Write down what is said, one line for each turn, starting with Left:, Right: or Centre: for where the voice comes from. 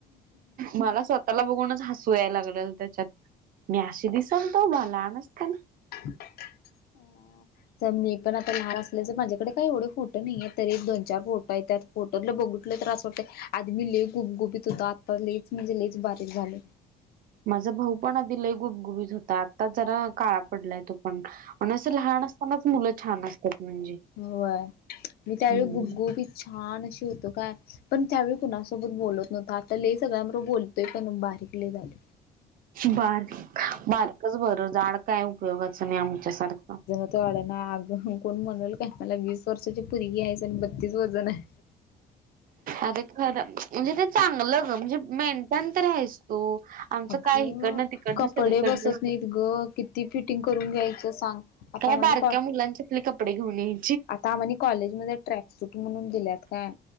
Right: मला स्वत त्याला बघूनच हसू यायला लागलेल त्याच्यात मी अशी दिसलतो लहान असताना
Left: अ जम मी पण आता लहान अस माझ्याकडे काही एवढे फोटो नाहीयेत तर एक दोन चार फोटो आहेत त्या फोटोतले बघितललो तरी असं वाटतंय आदी मी लय गूबगुबीत होतो आता लइच म्हणजे लइच बारीक झालंय.
Right: माझा भाऊ पण आदी लै गुबगुबीत होता आता जरा काळा पडलाय तो पण म्हण असं लहान असतानाच मुलं छान असतात म्हणजे
Left: होय मी त्यावेळी
Right: हम्म
Left: गुबगुबीत छान अशी होतो काय. पण त्यावेळी कुणासोबत बोलत नव्हतं आता लय सगळ्यांबरोबर बोलतोय पण बारीक लय झालय.
Right: बारीक बारकच बरं जाड काय उपयोगाचं नाय आमच्यासारखं.
Left: वाडना अजून कोण म्हणलं काय मला वीस वर्षाची पोरगी हायस आणि बत्तीस वजन हाय.
Right: अरे खर म्हणजे ते चांगलं ग म्हणजे मेंटन तरी हायस तू. आमचं
Left: अगं
Right: काय हिकडनं तिकडनं
Left: कपडे
Right: सगळीकडनंच
Left: बसत नायत ग किती फिटिंग करून घ्यायचं सांग. आता
Right: काय
Left: आम्हानी
Right: बारक्या
Left: कॉ
Right: मुलांच्यातले कपडे घेऊन एन.
Left: आता आम्हानी कॉलेजमध्ये ट्रॅक सूट म्हणून दिल्यात काय